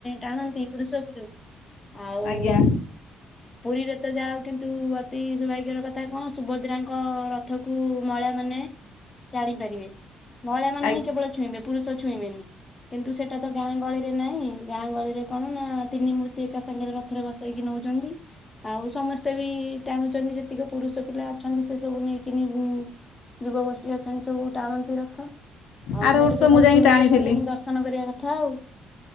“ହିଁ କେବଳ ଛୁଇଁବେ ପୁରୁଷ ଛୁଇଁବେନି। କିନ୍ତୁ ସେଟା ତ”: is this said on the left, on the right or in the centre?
Left